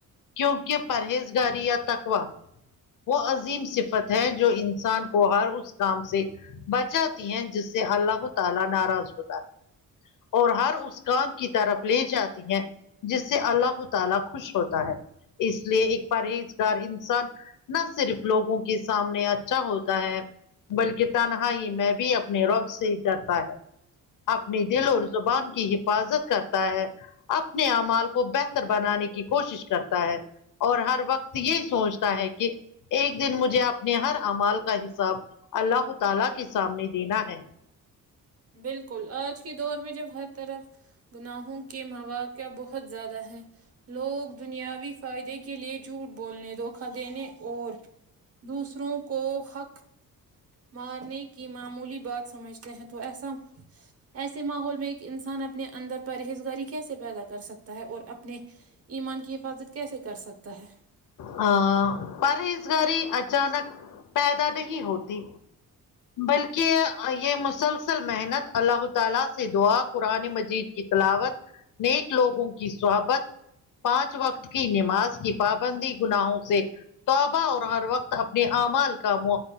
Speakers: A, on the left; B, on the right.
A: کیونکہ پرہیزگاری یا تقوی وہ عظیم صفت ہے جو انسان کو ہر اس کام سے بچاتی ہیں جس سے اللہ ھو تعالی ناراض ہوتا ہے اور ہر اس کام کی طرف لے جاتی ہیں جس سے اللہ ھو تعالی خوش ہوتا ہے اس لیے ایک پرہیزگار انسان نہ صرف لوگوں کے سامنے اچھا ہوتا ہے بلکہ تنہاائی میں بھی اپنے رب سے ڈر تا ہے اپنی دل اور زبان کی حفاظت کرتا ہے اپنے اعمال کو بہتر بنانے کی کوشش کرتا ہے اور ہر وقت یہ سوچتا ہے کہ ایک دن مجھے اپنے ہر اعمال کا حساب اللہ تعالی کے سامنے دینا ہے
B: بالکل آج کے دور میں جب ہر طرف گناہوں کے موا قع کیا بہت زیادہ ہے لوگ دنیاوی فائدے کے لیے جھوٹ بولنے دھوکا دینے اور دوسروں کو حق مارنے کی معمولی بات سمجھتے ہیں تو ایسا ایسے ماحول میں انسان اپنے اندر پرہیزگاری کیسے پیدا کر سکتا ہے اور اپنے ایمان کی حفاظت کیسے کر سکتا ہے
A: ہاں پرہیز گاری اچانک پیدا نہیں ہوتی بلکہ یہ مسلسل محنت اللہ تعالی سے دعا قرآن مجید کی تلاوت نیک لوگوں کی صحبت پانچ وقت کی نماز کی پابندی گناہوں سے توبہ اور ہر وقت اپنے اعمال کا م